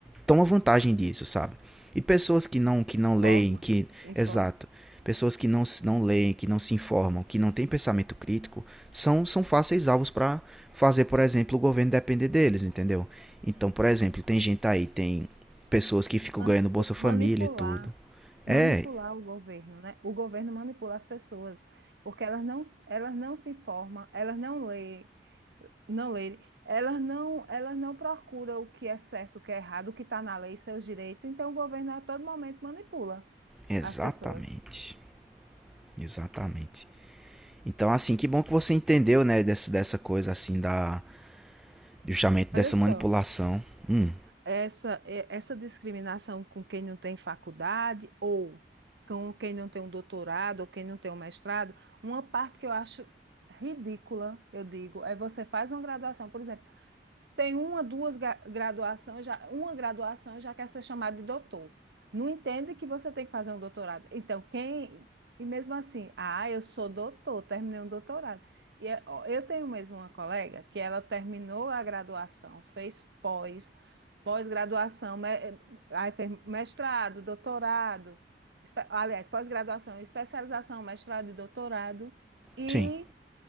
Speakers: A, in the centre; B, on the right.
A: toma vantagem disso, sabe? E pessoas que não,
B: se
A: que não
B: informa,
A: leem, que,
B: informa.
A: exato, pessoas que não, não leem, que não se informam, que não têm pensamento crítico, são, são fáceis alvos para fazer, por exemplo, o governo depender deles, entendeu? Então, por exemplo, tem gente aí, tem pessoas que ficam
B: Manipu-
A: ganhando Bolsa Família
B: manipular,
A: e tudo.
B: manipular
A: É,
B: o governo, né? O governo manipula as pessoas, porque elas não, elas não se informam, elas não lê não lerem, elas não, elas não procuram o que é certo, o que é errado, o que está na lei, seus direitos. Então, o governo a todo momento manipula
A: exatamente.
B: as pessoas.
A: Exatamente. Então, assim, que bom que você entendeu, né, desse, dessa coisa, assim, da, justamente dessa
B: Olha só,
A: manipulação. Hum,
B: essa, é- essa discriminação com quem não tem faculdade ou com quem não tem um doutorado ou quem não tem um mestrado, uma parte que eu acho ridícula, eu digo, é você faz uma graduação, por exemplo. tem uma, duas ga- graduação, já, uma graduação já quer ser chamado de doutor. Não entende que você tem que fazer um doutorado. Então, quem. E mesmo assim, ah, eu sou doutor, terminei um doutorado. E é- ó, eu tenho mesmo uma colega que ela terminou a graduação, fez pós, pós-graduação, me- eh, aí fez mestrado, doutorado, espe- aliás, pós-graduação, especialização, mestrado e doutorado. E
A: sim,